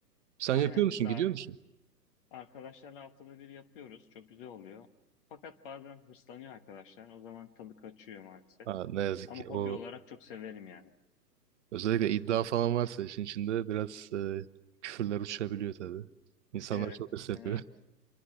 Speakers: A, on the right (about 45°); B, on the left (about 35°).
A: Sen
B: Aynen
A: yapıyor musun?
B: biz de
A: Gidiyor
B: ar-
A: musun?
B: arkadaşlarla haftada bir yapıyoruz. Çok güzel oluyor. Fakat bazen hırslanıyor arkadaşlar. O zaman tadı kaçıyor maalesef.
A: Ha, ne yazık
B: Ama
A: ki
B: hobi
A: o
B: olarak çok severim yani.
A: özellikle iddia falan varsa işin içinde biraz e, küfürler uçabiliyor tabii. İnsanlar
B: Evet,
A: çok hırs yapıyor.
B: evet.